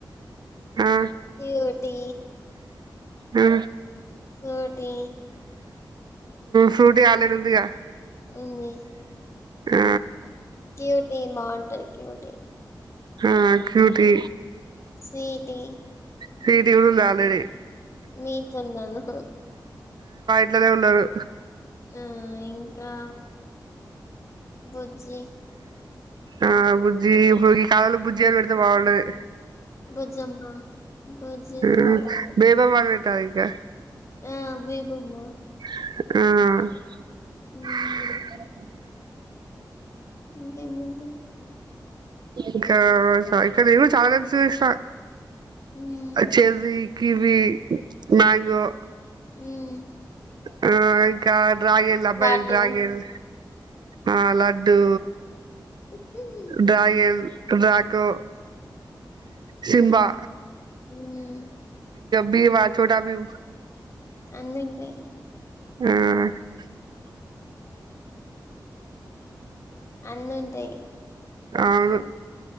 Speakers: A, on the right; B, on the left.
A: ఆ
B: ఇదోటి
A: ఆ
B: ఫ్రూటీ
A: ఫ్రూటీ ఆల్రెడీ ఉందిగా
B: ఉంది
A: ఆ
B: క్యూటీ మార్ట్ ఉంటది క్యూటీ
A: ఆ క్యూటి
B: స్వీటీ
A: స్వీటీ కూడ ఉన్నది ఆల్రెడీ
B: మీ ఇంట్లున్నారు
A: ఇంట్లనే ఉన్నారు
B: ఆ ఇం కా బుజ్జి
A: ఆ బుజ్జి ఇ కాలంలో బుజ్జి అని పెడితే బాగుండది.
B: బుజ్జమ్మ బుజ్జి
A: ఆ
B: బాబు
A: బేబమ్ <unintelligible>
B: ఆ బేబమ్మ
A: హ్
B: హ్
A: <inaudible>
B: ఇంకేముంది
A: ఇకా ఇక నేను చాలా నే చూసిన
B: హ్మ్
A: అచ్చేసి కివి మ్యాంగో
B: ఉమ్
A: హా ఇ కార్ డ్రాగేన్ అబ్బాయి
B: లడ్డు
A: డ్రాగేన్ ఆ లడ్డు
B: హ్మ్
A: డ్రాగన్ నాకు సింబా
B: ఉమ్
A: భీం ఆ చోటా భీం
B: అన్నుంటాయి.
A: హా
B: అన్నింటాయి.
A: ఆవును.